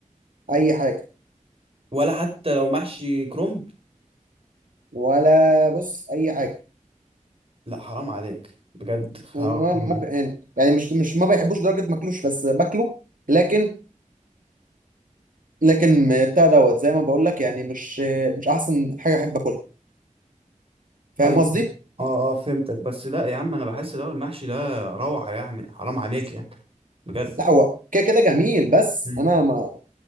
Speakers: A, on the right; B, on the right.
A: اي حاجه
B: ولا حتى لو محشي كرنب
A: ولا بص اي حاجه
B: لا حرام عليك بجد حرام
A: وإن
B: حرام
A: أنا ممكن
B: عليك
A: يعني يعني مش مش ما بيحبوش درجه ماكلوش بس باكله لكن لكن بتاع دوت زي ما بقول لك يعني مش مش احسن حاجه احب اكلها فاهم
B: ايوه
A: قصدي
B: اه اه فهمتك بس لا يا عم انا بحس لو المحشي ده روعه يعني حرام عليك يعني بجد
A: لا هو كده كده جميل بس
B: مم.
A: انا ما